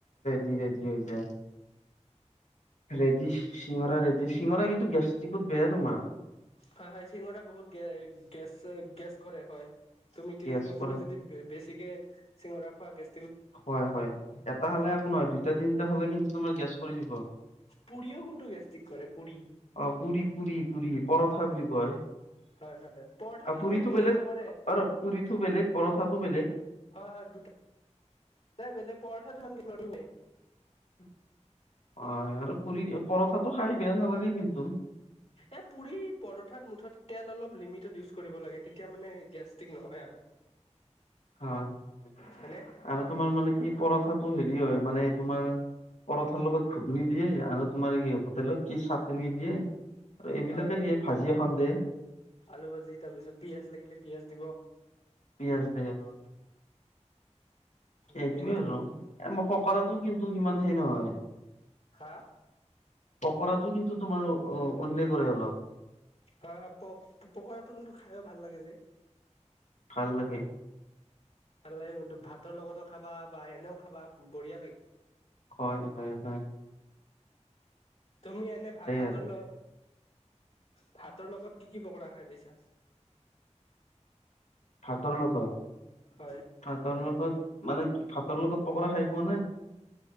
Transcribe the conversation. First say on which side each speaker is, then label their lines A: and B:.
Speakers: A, on the left; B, on the left.
A: ধীৰে ধিৰে উ ৰেডি চিঙৰা ৰেডি চিঙৰা কিন্তু গেষ্টিকত বেয়া তোমাৰ
B: হয় হয় চিঙৰা বহুত গ গেছ গেছ কৰে হয় তুমি কি
A: গেছ কৰে
B: তুমি যদি বেছি গতিকে চিঙৰা খোৱা গেছ
A: হয় হয় এটা হ আো নহ দুটা তিনিটা হ গ দ
B: পুৰিও কোনটো গেষ্টিক কৰে পুৰি
A: অ পুী পুী পুী পৰঠা বুলি ক হয়
B: হয় হয় পৰঠাটো
A: পুৰি
B: ইমান
A: চো
B: গেছ
A: বেলেগ
B: নকৰে
A: অ পুৰি চো বেলেগ পৰঠা তবেলে
B: হয় হয় দুটাট বেলেগ পৰঠা যমান লে
A: উ অ আৰু পুৰি পৰঠাতটো খাই বেয়া নালাগে কিন্তু
B: এ পুৰি পৰঠাত মুঠতে তেল অলপ লিমিটত ইউজ কৰিব লাগে তেতিয়া মানে গেষ্টিক নহয় আৰু
A: অ আৰু
B: হয়নে
A: তোমাৰ মানে কি পৰঠাটো হেৰি হয় মানে তোমাৰ পৰঠাৰ লগত ঘুগুনি দিয়ে আৰু তোমাৰ হোটেলত কি চাটনি দিয়ে আৰু এইবিলাকে
B: হয় হয়
A: দিয়ে ভাজি এখন দে
B: আলু ভাজি তাৰ পিছত পিয়াজ লাগিলে পিয়াজ দিব
A: প পিয়াজ দে অ সেইটোয়ে
B: তাকে
A: আৰু মাৰ পকৰাটো কিন্তু টো সিমান হে নহয়
B: হাহ।
A: পকৰাটো কিন্তু তোমাৰ অন পুৰে অলপ।
B: হয় - হয় প পকৰাটো কিন্তু খাইও ভাল লাগে যে।
A: ভাল লাগে।
B: ভাল লাগে কিন্তু ভাতৰ লগতো খাবা বা এনেও খাবা বঢ়িয়া লাগে।
A: হয়-হয়-হয়।
B: তুমি এনে ভাত ভাতৰ
A: আৰু
B: লগ ভাতৰ লগত কি-কি পকৰা খাই পাইছা?
A: ভাতৰ লগত?
B: হয়
A: ভাতৰ লগত। মানে কি ভাতৰ লগত পকৰা খাই পোৱা নাই।